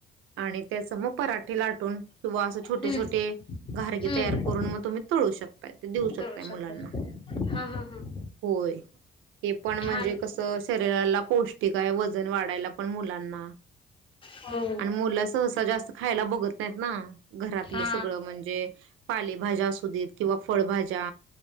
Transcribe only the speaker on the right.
आणि त्यांचा मग पराठा लाटून किंवा असं छोटे
छोटे घारगे
तयार करून मग तुम्ही तळू शकताय ते देऊ शकताय
मुलांना
होय ते पण
म्हणजे कसं शरीराला पौष्टिक आहे वजन वाढायला पण मुलांना
आणि मुला सहसा जास्त खायला बघत ना घरातलं
सगळं म्हणजे पालेभाज्या असू देत किंवा फळभाज्या